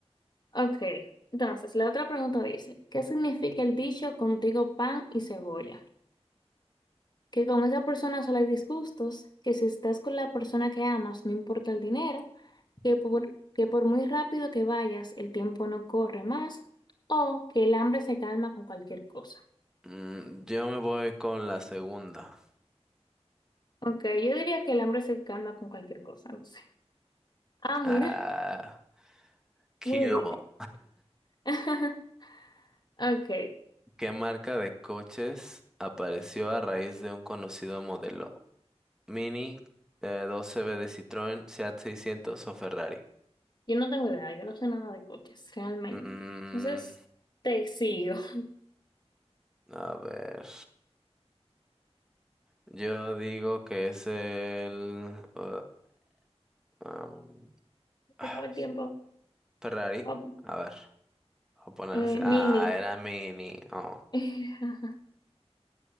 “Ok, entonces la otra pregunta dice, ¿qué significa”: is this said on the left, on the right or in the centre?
Left